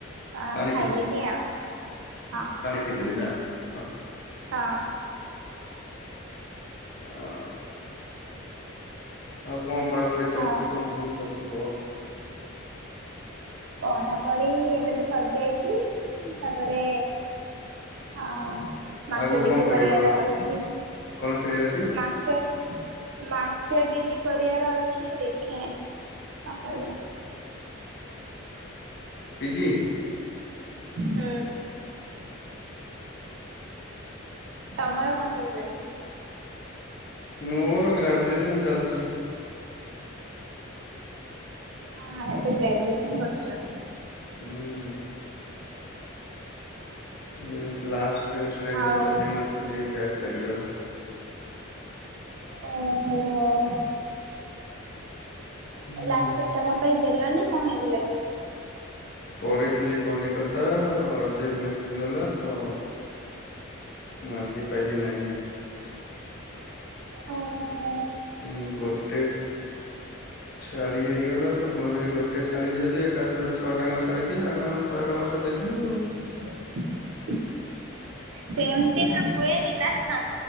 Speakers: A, on the right; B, on the left.
A: ଅ
B: ପାଣି
A: ଖାଇଲିନି ଆଉ ହଁ
B: କି ଦେଲି ନା ହଁ
A: ହଁ।
B: ହୁଁ ଆଉ କଣ ପଢାପଢି ଚାଲିଛି
A: ହଁ
B: କଣ କେମି ଚାଲିଛି କୁହ।
A: ପଢାପଢି ଏବେ ତ ସରିଯାଇଛି ତାପରେ ଆଉ ମାଷ୍ଟର
B: ଆଗକୁ
A: ଡିଗ୍ରୀ
B: କଣ କରିବ?
A: କରିବାର ଅଛି
B: କଣ କରିବାର ଅଛି
A: ମାଷ୍ଟର ମାଷ୍ଟର ଡିଗ୍ରୀ କରିବାର ଅଛି ଦେଖେ ଆଉ କରିବା।
B: ପିଜି।
A: ହୁଁ। ତମର କଣ ସବୁ ଚାଲିଛି।
B: ମୋର ଗ୍ରାଜୁଏସନ ଚାଲିଛି।
A: ଆଚ୍ଛା ଏବେ ଗ୍ରାଜୁଏସନ୍ କରୁଛ।
B: ହୁଁ। <unintelligible> ଲାଷ୍ଟ ଟାଇମ
A: ଆଉ
B: ଟା ଦେଇନଥିଲି ବ୍ୟାକ ଲାଗିଗଲା।
A: ଓ ହୋ ହ।
B: ହୁଁ
A: ଲାସ ଟାଇମ ଟା କଣ ପାଇଁ ଦେଲନି କଣ ହେଇଥିଲା କି
B: ପଳେଇଥିଲି କଲିକତା ଅର୍ଜେଣ୍ଟ ମେସେଜ ଗଲା ତ ମୁଁ ଆସି ପାଇଲି ନାହିଁ।
A: ଓ ହୋ।
B: ଉଁ ଗୋଟେ ଛାଡି ହେଇଗଲା ତ ମୁଁ ଭାବିଲି ଗୋଟେ ଛାଡି ଯଦି ଏକା ଛଅଟା ଙ୍କ ଛାଡ଼ିଦିଏ ଆର ମାସ ଆର ବର୍ଷ ଦେବି ଆଉ।
A: <inaudible> ସେମତି ତ ହୁଏନି ନା ହାଁ